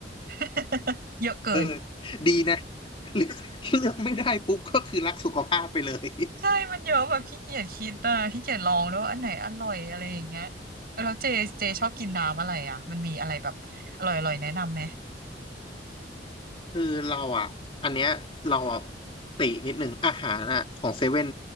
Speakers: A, on the right; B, on the left.
A: <laughs> เยอะเกิน
B: เออดีนะ <laughs> เลือกเลือกไม่ได้ปุ๊บก็คือรักสุขภาพไปเลย
A: ใช่มันเยอะแบบขี้เกียจคิดอ่ะขี้เกียจลองด้วยว่าอันไหนอร่อยอะไรอย่างเงี้ยแล้วเจเจชอบกินน้ำอะไรอ่ะมันมีอะไรแบบอร่อยๆแนะนำไหม
B: คือเราอ่ะอันเนี้ยเราอ่ะตินิดหนึ่งอาหารอ่ะของเซเว่น